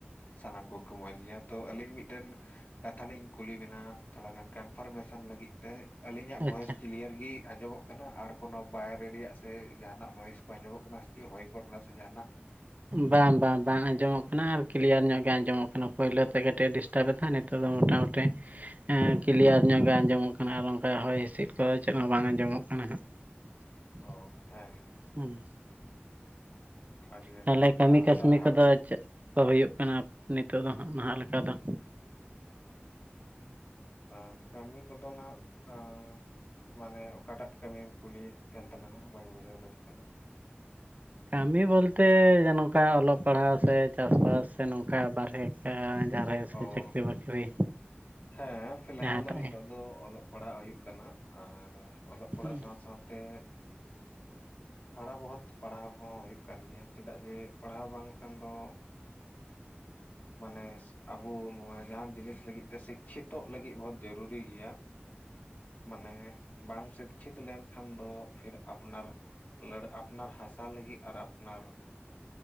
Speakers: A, on the left; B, on the right.
A: ᱥᱟᱱᱟᱢ ᱠᱚᱜᱮ ᱠᱚ ᱢᱚᱸᱡᱽ ᱜᱮᱭᱟ ᱛᱚ ᱟᱹᱞᱤᱧ ᱢᱤᱫᱴᱮᱝ ᱠᱟᱛᱷᱟ ᱞᱤᱧ ᱠᱩᱞᱤ ᱵᱮᱱᱟ ᱛᱷᱚᱲᱟ ᱜᱟᱱ ᱠᱟᱱ ᱠᱟᱱ ᱞᱟᱹᱜᱤᱫ ᱛᱮ ᱟᱹᱞᱤᱧᱟᱜ ᱵᱷᱚᱭᱮᱥ
B: ᱟᱪᱪᱷᱟ
A: ᱠᱤᱞᱤᱭᱟᱹᱨ ᱜᱮ ᱟᱸᱡᱚᱢᱚᱜ ᱠᱟᱱᱟ ᱟᱨ ᱠᱚᱱᱚ ᱵᱟᱭᱨᱮ ᱨᱮᱭᱟᱜ ᱥᱮ ᱡᱟᱦᱟᱱᱟᱜ ᱱᱚᱭᱤᱥ ᱠᱚ ᱟᱸᱡᱚᱢᱚᱜ ᱠᱟᱱᱟ ᱪᱮᱫ ᱦᱚᱭ ᱠᱚᱨᱮᱱᱟᱜ ᱥᱮ ᱡᱟᱦᱟᱱᱟᱜ
B: ᱵᱟᱝ ᱵᱟᱝ ᱵᱟᱝ ᱟᱸᱡᱚᱢᱚᱜ ᱠᱟᱱᱟ ᱟᱨ ᱠᱤᱞᱤᱭᱟᱹᱨ ᱧᱚᱜ ᱜᱮ ᱟᱸᱡᱚᱢᱚᱜ ᱠᱟᱱᱟ ᱯᱩᱭᱞᱩ ᱛᱮ ᱠᱟᱹᱴᱤᱡ ᱛᱚᱵᱮ ᱠᱷᱟᱱ ᱱᱤᱛᱚᱜ ᱫᱚ ᱢᱚᱴᱟᱢᱩᱴᱤ ᱦᱮᱸ ᱠᱤᱞᱤᱭᱟᱹᱨ ᱧᱚᱜ ᱜᱮ ᱟᱸᱡᱚᱢᱚᱜ ᱠᱟᱱᱟ ᱟᱨ ᱚᱱᱠᱟ ᱦᱚᱭ ᱦᱤᱸᱥᱤᱫ ᱠᱚ ᱪᱮᱫ ᱦᱚᱸ ᱵᱟᱝ ᱟᱸᱡᱚᱢᱚᱜ ᱠᱟᱱᱟ ᱦᱟᱸᱜ <unintelligible>
A: ᱚ ᱦᱮᱸ ᱦᱮᱸ
B: ᱦᱩᱸ
A: ᱟᱹᱰᱤ ᱟᱹᱰᱤ
B: ᱛᱟᱦᱞᱮ ᱠᱟᱹᱢᱤ ᱠᱟᱹᱥᱱᱤ
A: ᱥᱟᱨᱦᱟᱣ
B: ᱠᱚᱫᱚ ᱪᱮᱫ? ᱠᱚ ᱦᱩᱭᱩᱜ ᱠᱟᱱᱟ ᱱᱤᱛᱚᱜ ᱫᱚ ᱦᱟᱜ ᱱᱟᱦᱟᱜ ᱞᱮᱠᱟ ᱫᱚ
A: ᱟ ᱠᱟᱹᱢᱤ ᱠᱚᱫᱚ ᱱᱟᱦᱟᱜ ᱟ ᱢᱟᱱᱮ ᱚᱠᱟᱴᱟᱜ ᱠᱟᱹᱢᱤᱢ ᱠᱩᱞᱤᱭᱮᱫ ᱠᱟᱱ ᱛᱟᱞᱟᱝᱟ ᱵᱟᱹᱧ ᱵᱩᱡᱷᱟᱹᱣ ᱫᱟᱲᱮᱭᱟᱜ ᱠᱟᱱᱟ?
B: ᱠᱟᱹᱢᱤ ᱵᱚᱞᱛᱮ ᱡᱮ ᱱᱚᱝᱠᱟ ᱚᱞᱚᱜ ᱯᱟᱲᱦᱟᱣ ᱥᱮ ᱪᱟᱥᱵᱟᱥ ᱥᱮ ᱱᱚᱝᱠᱟ ᱵᱟᱨᱦᱮ ᱠᱟᱜ ᱟᱹᱧ ᱵᱟᱦᱨᱮ ᱥᱮ
A: ᱚ
B: ᱪᱟᱹᱠᱨᱤ ᱵᱟᱹᱠᱨᱤ
A: ᱦᱮᱸ ᱯᱷᱤᱞᱦᱟᱞ
B: ᱡᱟᱦᱟᱸᱴᱟᱜ
A: ᱫᱚ ᱱᱤᱛᱚᱜ
B: ᱜᱮ
A: ᱫᱚ ᱚᱞᱚᱜ ᱯᱟᱲᱦᱟᱜ ᱦᱩᱭᱩᱜ ᱠᱟᱱᱟ ᱟᱨ ᱚᱞᱚᱜ ᱯᱟᱲᱦᱟᱜ
B: ᱦᱩᱸ
A: ᱥᱟᱶ ᱥᱟᱶ ᱛᱮ ᱛᱷᱚᱲᱟ ᱵᱟᱦᱩᱛ ᱯᱟᱲᱦᱟᱣ ᱠᱚᱦᱚᱸ ᱦᱩᱭᱩᱜ ᱠᱟᱱ ᱜᱮᱭᱟ ᱪᱮᱫᱟᱜ ᱡᱮ ᱯᱟᱲᱦᱟᱣ ᱵᱟᱝᱠᱷᱟᱱ ᱫᱚ ᱢᱟᱱᱮ ᱟᱵᱚ ᱱᱚᱣᱟ ᱡᱟᱦᱟᱱ ᱡᱤᱱᱤᱥ ᱞᱟᱹᱜᱤᱫ ᱛᱮ ᱥᱤᱠᱪᱷᱤᱛᱚᱜ ᱞᱟᱹᱜᱤᱫ ᱵᱟᱦᱩᱛ ᱡᱩᱨᱩᱨᱤ ᱜᱮᱭᱟ ᱢᱟᱱᱮ ᱵᱟᱝ ᱥᱤᱠᱪᱷᱤᱛ ᱞᱮᱱᱠᱷᱟᱱ ᱫᱚ ᱯᱷᱤᱨ ᱟᱯᱱᱟᱨ ᱞᱟᱹᱲ ᱟᱯᱱᱟᱨ ᱦᱟᱥᱟ ᱞᱟᱹᱜᱤᱫ ᱟᱨ ᱟᱯᱱᱟᱨ